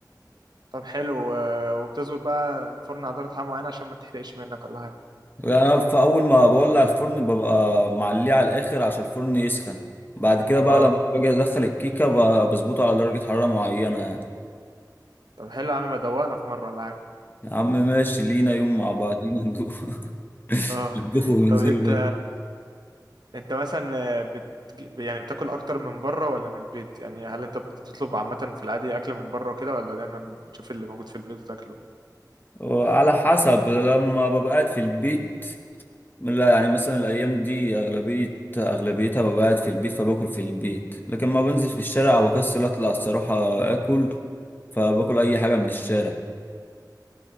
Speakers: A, on the right; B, on the left.
A: طب حلو آه، وبتظبط بقى الفرن على درجة حرارة معينة عشان ما تحرقش منك ولا حاجة
B: يعني انا في اول ما بولع الفرن ببقى معليه على الاخر عشان الفرن يسخن بعد كده بقى
A: اه
B: لما باجي ادخل الكيكه ب- بظبطه على درجه حراره معينه يعني
A: طب حلو يا عم بدوقنا في مرة ولا حاجة
B: يا عم ماشي لينا يوم مع بعضينا ندوخ <laughs>
A: اه
B: نطبخوا وننزلوا
A: طب انت
B: بقى
A: انت مثلا آه، بت... يعني بتاكل اكتر من بره ولا من البيت يعني هل انت بتطلب عامة في العادي اكل من بره وكده ولا دايما بتشوف اللي موجود في البيت وتاكله
B: وعلى حسب لما ببقى قاعد في البيت لا يعني مثلا الايام دي اغلبيه اغلبيتها ببقى قاعد في البيت فباكل في البيت لكن ما بنزل في الشارع او اكسل اطلع الصراحه اكل فباكل اي حاجه من الشارع